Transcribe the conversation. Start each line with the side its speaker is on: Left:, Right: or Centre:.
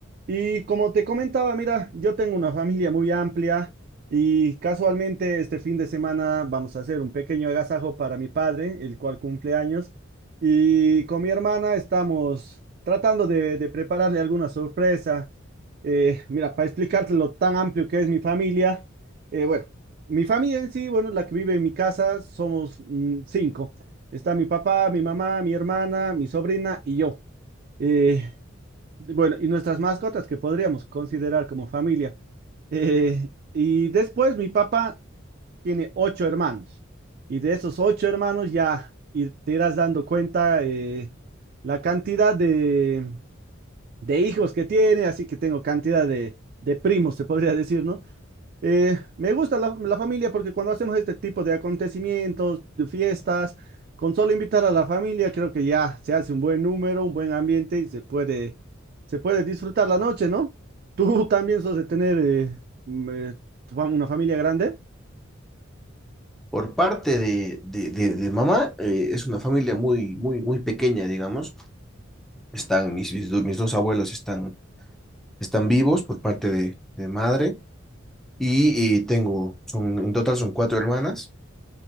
Right: Y como te comentaba, mira, yo tengo una familia muy amplia y casualmente este fin de semana vamos a hacer un pequeño agasajo para mi padre, el cual cumple años, y con mi hermana estamos tratando de, de prepararle alguna sorpresa. Eh, mira, para explicarte lo tan amplio que es mi familia, eh, bueno, mi familia en sí, bueno, la que vive en mi casa, somos mm, cinco. Está mi papá, mi mamá, mi hermana, mi sobrina y yo. Eh, bueno, y nuestras mascotas que podríamos considerar como familia. Eh, y después mi papá tiene ocho hermanos. Y de esos ocho hermanos ya ir- te irás dando cuenta eh, la cantidad de, de hijos que tiene, así que tengo cantidad de, de primos, se podría decir, ¿no? Eh, me gusta la, la familia porque cuando hacemos este tipo de acontecimientos, de fiestas, con solo invitar a la familia, creo que ya se hace un buen número, un buen ambiente y se puede, se puede disfrutar la noche, ¿no? ¿Tú también sos de tener eh, mm, eh, tu fam- una familia grande?
Centre: Por parte de, de, de- de mamá, eh, es una familia muy, muy, muy pequeña, digamos. Están, mis, mis, do- mis dos abuelos están, están vivos por parte de, de madre. Y, eh, tengo, son, en total son cuatro hermanas,